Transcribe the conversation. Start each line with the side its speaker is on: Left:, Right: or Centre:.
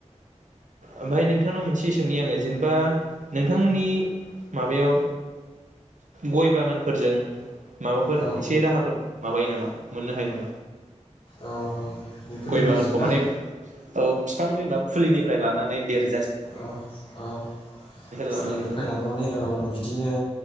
Right: ओमफ्राय नोंथांनाव मोनसे सोंनि आङो‌ जेने दा नोंथांमोननि माबायाव गय बागानफोरजों माबाफोर
Left: औ
Right: एसे राहाफोर माबायो नामा मोननो हायो नामा?
Left: औ बेफोरनि
Right: गय
Left: गेजेरजों
Right: बागानखौ माने
Left: ना
Right: औ बिफां बिमा फुलिनिफ्राय लानानै देर
Left: औ औ
Right: लानानै
Left: फुलिनिफ्राय लानानै औ बिदिनो